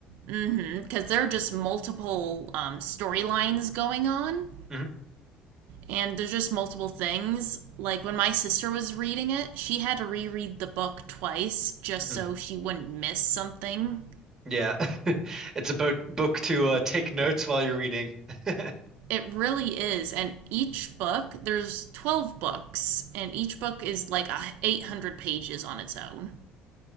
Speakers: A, on the right (about 75°); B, on the right (about 20°).
A: Mm-hmm. Because there are just multiple um, storylines going on,
B: Mhm.
A: and there's just multiple things. Like when my sister was reading it, she had to reread the book twice just
B: Mhm.
A: so she wouldn't miss something.
B: Yeah, <laughs> it's a bo book to uh, take notes while you're reading. <laughs>
A: It really is, and each book there's twelve books, and each book is like a eight hundred pages on its own.